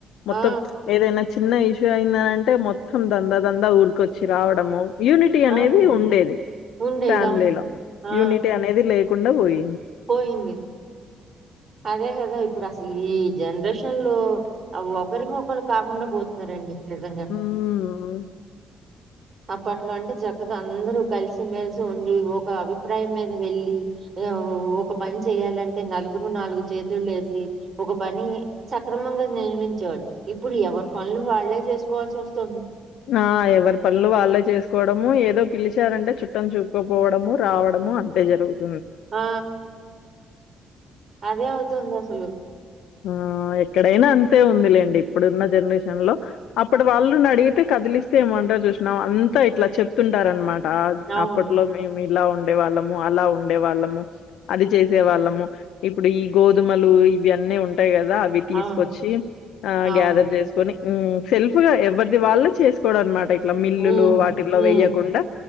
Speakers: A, on the left; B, on the right.
A: మొత్తం
B: ఆ
A: ఏదైనా చిన్న ఇష్యూ అయిందనంటే మొత్తం దందా దందా ఊరికొచ్చి రావడము యూనిటీ అనేది
B: ఆ, అదే
A: ఉండేది
B: ఉండేది
A: ఫ్యామిలీలో
B: అవును ఆ
A: యూనిటీ లేకుండ పోయి
B: పోయింది అదే కదా ఇప్పుడు అసలు ఈ జనరేషన్ లో ఒకరికి ఒకరు కాకుండా పోతున్నారండి నిజంగా
A: హ్మ్.
B: ఆ పా అట్లా అంటే చక్కగా అందరు కలిసిమెెలిసి ఉండి ఒక అభిప్రాయం మీద వెళ్ళలి ఒక పని చేయాలంటే నగురు నాలుగు చేతులు లే ఒక పని సక్రమంగా నిర్మించడు ఇప్పుడు ఎవరి పనులు వాళ్లే చేసుకోవాల్సి వస్తుంది
A: ఆ ఎవరి పనులు వాళ్ళే చేసుకోవడము ఏదో పిలిచారంటే చుట్టం చూపుకోపోవడము రావడం అంతే జరుగుంది
B: ఆ అదే అవుతుంది అసలు
A: ఆ ఎక్కడైనా అంతే ఉంది లేండి ఇప్పుడున్న జనరేషన్ లో అప్పుడు వాళ్ళు అడిగి అయితే కదిలిస్తే ఏమంటారు చూసినాం అంతా ఇట్లా చెప్తుంటార అనమాట
B: అవును
A: అప్పట్లో మేము ఇలా ఉండే వాళ్ళము అలా ఉండే వాళ్ళము అది చేసే వాళ్ళము ఇప్పుడు ఈ గోధుమలు ఇవన్నీ ఉంటాయిదా అవి తీసుకొచ్చి
B: అవును అవును
A: గ్యాదర్ చేసుకొని సెల్ఫ్ గా ఎవరిది వాళ్ళ చేసు చడ అనమాట ఇట్లా మిల్లులు
B: ఉమ్
A: వాటిల్లో
B: ఉమ్
A: వెయ్యకుండా